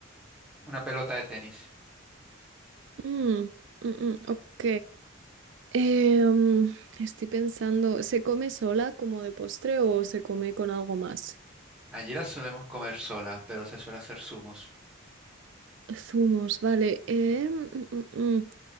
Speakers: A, in the centre; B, on the right.
A: una pelota de tenis.
B: Mm, mm, mm, ok. Eh, mm, estoy pensando, ¿se come sola como de postre o se come con algo más?
A: Allí las solemos comer sola, pero se suele hacer zumos.
B: Zumos, vale. eh, mm, mm, mm.